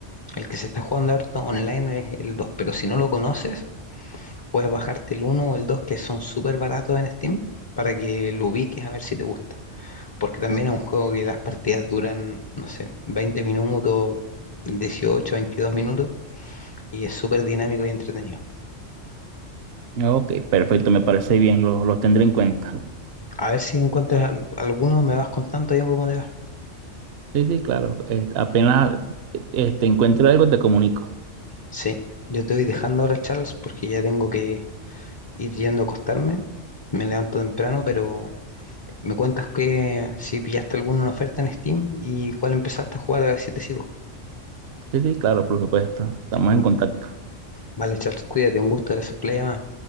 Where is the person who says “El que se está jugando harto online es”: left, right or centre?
Left